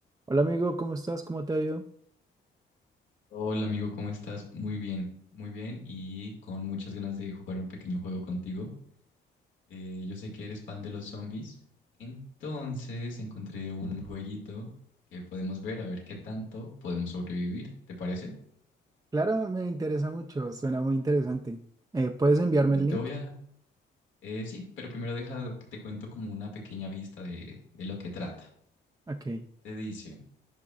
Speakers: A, on the right; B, on the left.
A: Hola amigo, ¿cómo estás? ¿Cómo te ha ido?
B: Hola amigo, ¿cómo estás? Muy bien, muy bien y con muchas ganas de jugar un pequeño juego contigo. Eh, yo sé que eres fan de los zombies, entonces encontré un jueguito que podemos ver a ver qué tanto podemos sobrevivir, ¿te parece?
A: Claro, me interesa mucho, suena muy interesante. Eh, ¿puedes enviarme
B: Claro,
A: el
B: te
A: link?
B: voy a... eh, sí, pero primero deja que te cuento como una pequeña vista de, de lo que trata.
A: Ok,
B: Te dice,